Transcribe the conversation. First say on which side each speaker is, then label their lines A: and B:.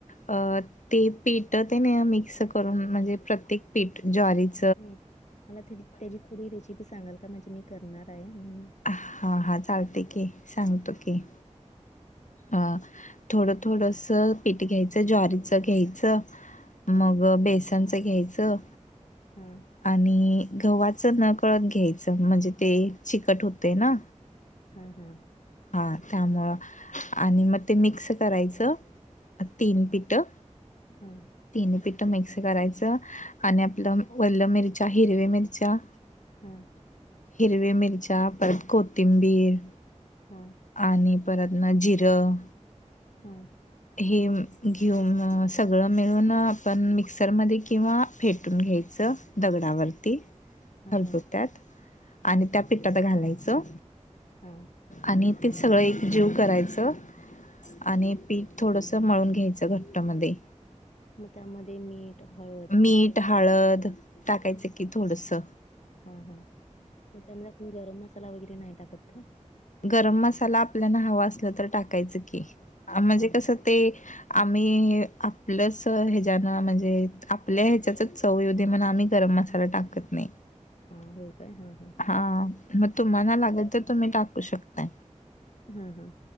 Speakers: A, on the left; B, on the left.
A: अ ते पीठ तेने मिक्स करून, म्हणजे प्रत्येक पीठ ज्वारीत
B: नाही मला थ त्याची थोडी रेसिपी सांगाल का? म्हणजे मी करणार आहे म्हणून
A: हा हा, चालतय की, सांगतो की. अं... थोडं थोडसं पीठ घ्यायचं... ज्वारीच घ्यायचं
B: हां
A: मग बेसनचं घ्यायचं
B: हूं.
A: आणि गव्हाचं न कळत घ्यायचं... म्हणजे ते चिकट होते ना?
B: हूं हूं.
A: हा त्यामुळं... आणि मग ते मिक्स करायचं तीन पिटं.
B: हा.
A: तीन पिठं मिक्स करायचं... आणि आपलं वल्लं मिरच्या हिरव्या मिरच्या
B: हूं.
A: हिरव्या मिरच्या... परत कोथिंबीर
B: हूं.
A: आणि परत ना जिरं
B: हूं.
A: हे... घेऊन... सगळं मिळून... आपण मिक्सरमध्ये किंवा फेटून घ्यायचं... दगडावरती
B: हां
A: खळबत्यात
B: हां
A: आणि त्या पिठात घालायचं
B: हा.
A: आणि ते सगळं एक जीव करायचं आणि पीठ थोडसं मळून घ्यायचं... घट्ट मध्ये
B: मग त्यामध्ये मीठ हळद,
A: मीठ,
B: चटणी वगैरे
A: हळद टाकायचं की थोडसं
B: हा हा... मग त्यामध्ये आपण गरम मसाला वगैरे नाही टाकत काय?
A: गरम मसाला आपल्यांना हवा असलं तर टाकायचं की... म्हणजे
B: हां हां
A: कसं ते आम्ही... आपलंच हेच्यानं म्हणजे आपल्या ह्याच्याचच चव येऊ दे म्हणून... आपण गरम मसाला टाकत नाई.
B: हा होय काय... हा हा.
A: हा... मग तुम्हाला लागल, तर तुम्ही टाकू शकताय.
B: हा हा...